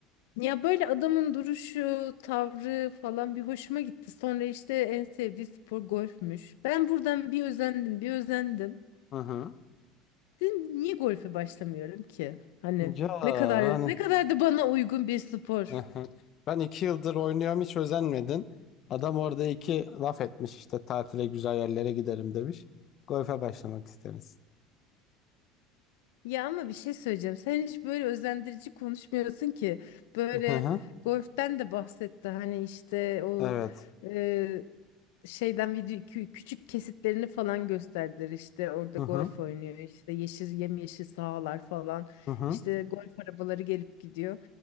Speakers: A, on the left; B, on the left.
A: Ya böyle adamın duruşu, tavrı falan bir hoşuma gitti. Sonra işte en sevdiği spor golfmüş. Ben buradan bir özendim, bir özendim.
B: Hı hı.
A: Dedim, niye golfe başlamıyorum ki? Hani
B: Ya
A: ne kadar
B: hani
A: ne kadar da bana uygun bir spor.
B: hı hı. Ben iki yıldır oynuyorum hiç özenmedin. Adam orada iki laf etmiş işte tatile güzel yerlere giderim demiş. Golfe başlamak isteriz.
A: Ya ama bir şey söyleyeceğim. Sen hiç böyle özendirici konuşmuyorsun ki. Böyle
B: Hı hı.
A: golften de bahsetti. Hani işte o
B: Evet.
A: e, şeyden video kü- küçük kesitlerini falan gösterdiler işte orada
B: Hı
A: golf
B: hı.
A: oynuyor işte yeşil yemyeşil sahalar falan
B: Hı hı.
A: işte golf arabaları gelip gidiyor.